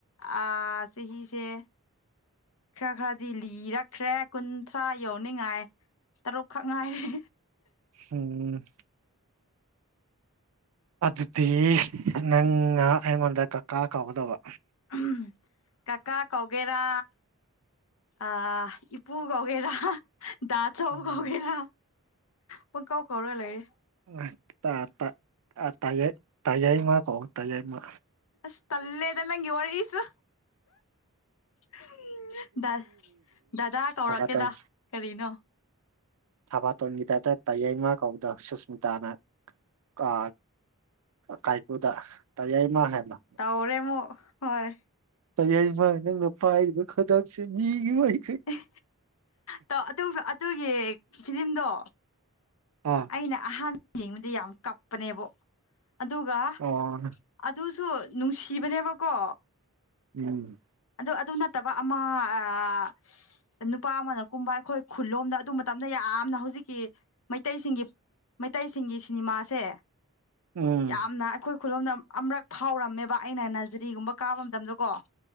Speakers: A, on the left; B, on the right.
A: ꯑꯥ ꯆꯍꯤꯁꯦ ꯈ꯭ꯔ ꯈ꯭ꯔꯗꯤ ꯂꯤꯔꯛꯈ꯭ꯔꯦ ꯀꯨꯟꯊ꯭ꯔꯥ ꯌꯧꯅꯤꯡꯉꯥꯢ ꯇꯔꯨꯛꯈꯛ ꯉꯥꯢꯔꯦ
B: ꯐꯨꯝ ꯑꯗꯨꯗꯤ ꯅꯪꯅ ꯑꯩꯉꯣꯟꯗ ꯀꯀꯥ ꯀꯧꯒꯗꯕ
A: ꯎꯝ ꯀꯀꯥ ꯀꯧꯒꯦꯔꯥ ꯑꯥ ꯏꯄꯨ ꯀꯧꯒꯦꯔꯥ ꯍꯥ ꯗꯥ ꯆꯧ
B: ꯎꯝ
A: ꯀꯧꯒꯦꯔꯥ ꯄꯨꯡ ꯀꯧ ꯀꯧꯔ ꯂꯩꯔꯦ
B: ꯉꯥ ꯇꯥ ꯇꯥꯥ ꯑꯥ ꯇꯥꯌꯩ ꯇꯌꯩꯃ ꯀꯣ ꯇꯌꯩꯃ
A: ꯑꯁ ꯇꯜꯂꯦꯗ ꯅꯪꯒꯤ ꯋꯔꯤꯁꯨ <unintelligible> ꯗ ꯗꯗꯥ ꯀꯧꯔꯛꯀꯦꯗ
B: ꯊꯕꯥꯇꯣꯟ
A: ꯀꯔꯤꯅꯣ
B: ꯊꯕꯥꯇꯣꯟꯒꯤ ꯇꯥꯢꯞꯇ ꯇꯌꯦꯡꯃ ꯀꯧꯕꯗꯣ ꯁꯨꯁꯃꯤꯇꯥꯅ ꯀꯥ ꯀꯥꯢꯀꯨꯗ ꯇꯌꯩꯃ ꯍꯥꯢꯅ
A: ꯇꯧꯔꯦꯃꯨꯛ ꯍꯣꯢ
B: ꯇꯌꯩꯃ ꯅꯪꯅ ꯄꯥꯏꯔꯤꯕ ꯈꯗꯥꯡꯁꯦ ꯃꯤꯒꯤ ꯑꯣꯏ
A: ꯑꯦ ꯇꯣ ꯑꯗꯨꯕ ꯑꯗꯨꯒꯤ ꯐꯤꯂꯤꯝꯗꯣ
B: ꯑꯣ
A: ꯑꯩꯅ ꯑꯍꯥꯟ <inaudible> ꯌꯦꯡꯕꯗ ꯌꯥꯝ ꯀꯞꯄꯅꯦꯕꯣ ꯑꯗꯨꯒ
B: ꯑꯣ
A: ꯑꯗꯨꯁꯨ ꯅꯨꯡꯁꯤꯕꯅꯦꯕꯀꯣ
B: ꯎꯝ
A: ꯑꯗꯨ ꯑꯗꯨ ꯅꯠꯇꯕ ꯑꯃ ꯑꯥ ꯅꯨꯄꯥ ꯑꯃꯅ ꯀꯨꯝꯕ ꯑꯩꯈꯣꯏ ꯈꯨꯜꯂꯣꯝꯗ ꯑꯗꯨ ꯃꯇꯝꯗ ꯌꯥꯝꯅ ꯍꯧꯖꯤꯛꯀꯤ ꯃꯩꯇꯩꯁꯤꯡꯒꯤ ꯃꯩꯇꯩꯁꯤꯡꯒꯤ ꯁꯤꯅꯤꯃꯥꯁꯦ
B: ꯎꯝ
A: ꯌꯥꯝꯅ ꯑ ꯈꯣꯢ ꯈꯨꯂꯣꯝꯗ ꯑꯃ꯭ꯔꯛ ꯐꯥꯎꯔꯝꯃꯦꯕ ꯑꯩꯅ ꯅꯖꯔꯤꯒꯨꯝꯕ ꯀꯥꯕ ꯃꯇꯝꯗ ꯀꯣ